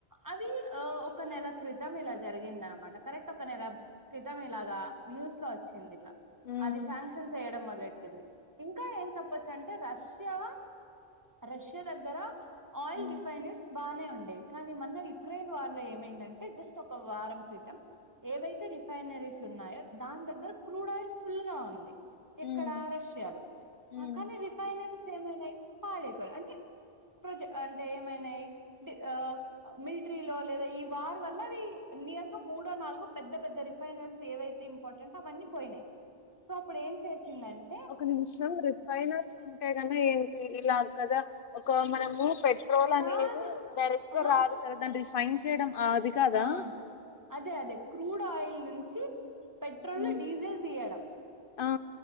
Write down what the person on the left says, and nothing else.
ఉమ్
ఉమ్
ఉమ్
ఉమ్
ఒక నిమిషం రిఫైనర్స్ ఉంటే గన ఏంటి ఇలా కదా ఒక మనం ను పెట్రోల్
అనేది డైరెక్ట్ గా
రాదు కదా దాన్ని రిఫైన్ చేయడం అది కదా
ఉమ్
ఆ